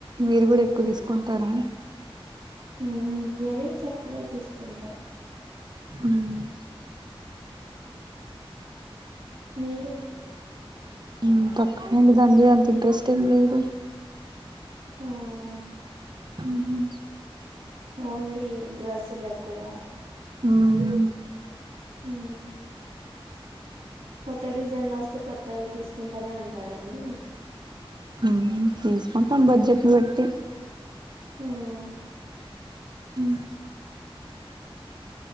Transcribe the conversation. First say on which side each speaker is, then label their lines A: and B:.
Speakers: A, on the right; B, on the right.
A: మీరు కూడా ఎక్కువ తీసుకుంటారా
B: మ్మ్ ఇయర్ రింగ్స్ ఎక్కువగా తీసుకుంటా
A: మ్మ్
B: మీరు
A: మ్మ్ తక్కువేండి దాన్మీద అంత ఇంట్రెస్ట్ యేం లేదు
B: హ్మ్
A: మ్మ్ హ్మ్
B: ఓన్లీ డ్రెస్సులెక్కువ
A: మ్మ్
B: మ్మ్ కొత్త డిజైన్లో వస్తే కొత్తవి తీసుకుంటనే ఉంటారండి
A: హ్మ్ తీసుకుంటాం బడ్జెట్ని బట్టి
B: మ్మ్
A: మ్మ్